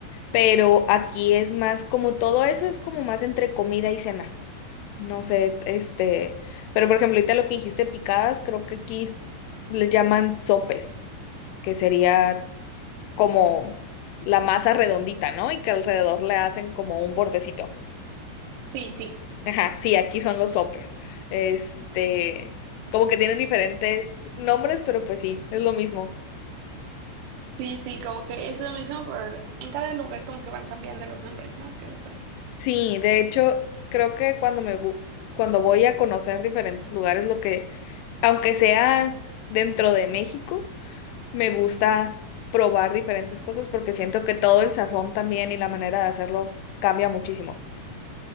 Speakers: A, on the left; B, on the right.
A: pero aquí es más como todo eso es como más entre comida y cena. No sé, este, pero por ejemplo, ahorita lo que dijiste picadas, creo que aquí le llaman sopes, que sería como la masa redondita, ¿no? Y que alrededor le hacen como un bordecito.
B: sí, sí,
A: Ajá, sí, aquí son los sopes. Este, como que tienen diferentes nombres, pero pues sí, es lo mismo.
B: sí, sí, como que es lo mismo, pero en cada lugar como que van cambiando los nombres, ¿no? Que usan.
A: Sí, de hecho, creo que cuando me bu- cuando voy a conocer diferentes lugares, lo que, aunque sea dentro de México, me gusta probar diferentes cosas porque siento que todo el sazón también y la manera de hacerlo cambia muchísimo.